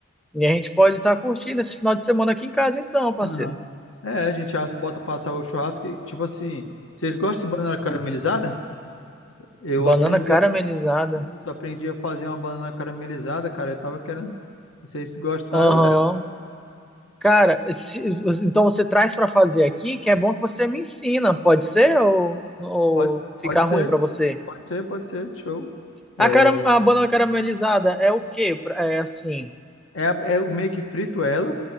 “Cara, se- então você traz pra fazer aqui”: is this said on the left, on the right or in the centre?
Centre